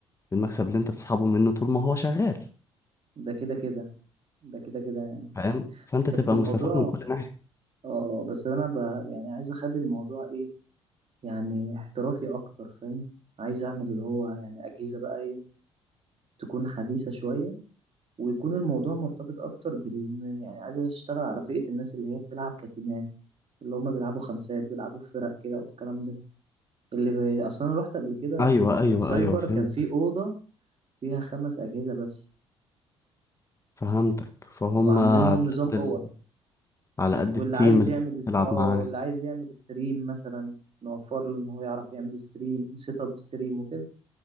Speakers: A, on the left (about 20°); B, on the right (about 40°).
A: المكسب اللي انت بتسحبه منه طول ما هو شغال
B: ده كده كده ده كده كده يعني
A: فاهم فانت
B: بس
A: تبقى
B: الموضوع
A: مستفاد من كل ناحية
B: اه بس انا ب... يعني عايز اخلي الموضوع ايه يعني احترافي اكتر فاهم عايز اعمل اللي هو يعني اجهزه بقى ايه تكون حديثه شويه ويكون الموضوع مرتبط اكتر بال يعني عايز اشتغل على فئه الناس اللي هي بتلعب كتيمات اللي هم بيلعبوا خمسات بيلعبوا في فرق كده والكلام ده اللي ب... اصلا انا رحت قبل كده
A: ايوه ايوه
B: سايبر
A: ايوه فهمت
B: كان في اوضه فيها خمس اجهزه بس
A: فهمتك فهم
B: وعاملينهم
A: على قد
B: نظام
A: ال...
B: اوض
A: على قد
B: واللي
A: التيم
B: عايز
A: اللي
B: يعمل اس-
A: بتلعب
B: اه
A: معاه
B: واللي عايز يعمل ستريم مثلا نوفر له ان هو يعرف يعمل ستريم سيت اب ستريم وكده